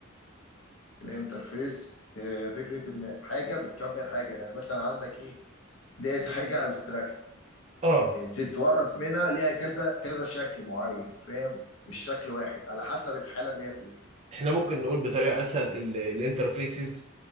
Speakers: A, on the left; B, on the right.
A: الانترفيس آه، فكره ان حاجه بتكمل حاجه يعني مثلا عندك ايه ديت حاجه ابستراكت
B: اه
A: تتورث منها ليها كذا كذا شكل معين فاهم مش شكل واحد على حسب الحاله اللي هي فيها
B: احنا ممكن نقول بطريقه اسهل الانترفيسز